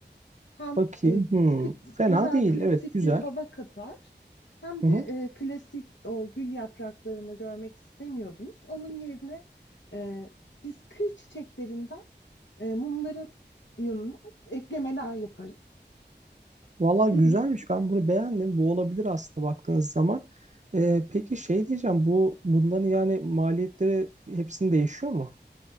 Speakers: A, on the left; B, on the right.
A: hem
B: Bakayım.
A: e,
B: Hmm,
A: k-
B: Fena
A: güzel
B: değil.
A: klasik
B: Evet güzel.
A: bir hava katar hem
B: Hı
A: de
B: hı.
A: e, klasik o gül yapraklarını görmek istemiyordunuz. Onun yerine e, biz kır çiçeklerinden e, mumların yanına eklemeler yaparız.
B: Valla
A: <clears throat>
B: güzelmiş. Ben bunu beğendim. Bu olabilir aslında baktığınız zaman. Ee, peki şey diyeceğim. Bu bunların yani maliyetleri hepsini değişiyor mu?